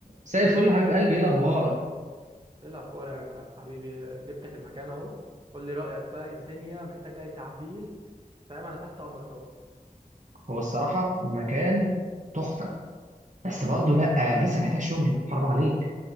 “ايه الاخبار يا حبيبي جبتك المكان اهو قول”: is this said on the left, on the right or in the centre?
Right